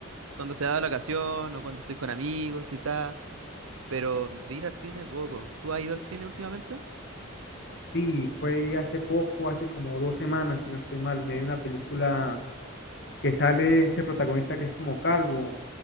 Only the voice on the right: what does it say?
Cuando se da la ocasión o cuando estoy con amigos, quizás. Pero de ir al cine, poco. ¿Tú has ido al cine últimamente?